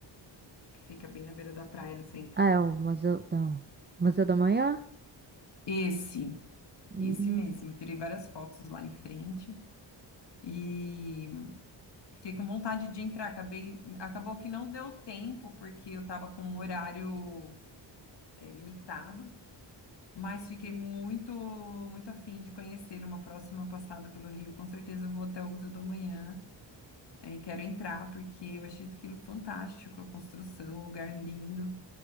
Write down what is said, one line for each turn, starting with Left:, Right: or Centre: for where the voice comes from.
Left: que fica bem na beira da praia, no centro.
Right: Ah, é o Museu da, Museu da Manhã?
Left: Esse,
Right: Hum.
Left: esse mesmo. Tirei várias fotos lá em frente e fiquei com vontade de entrar. Acabei, acabou que não deu tempo porque eu tava com um horário eh, limitado, mas fiquei muito, muito afim de conhecer uma próxima passada pelo Rio. Com certeza eu vou até o Museu do Amanhã Aí quero entrar porque eu achei aquilo fantástico, a construção, o lugar lindo.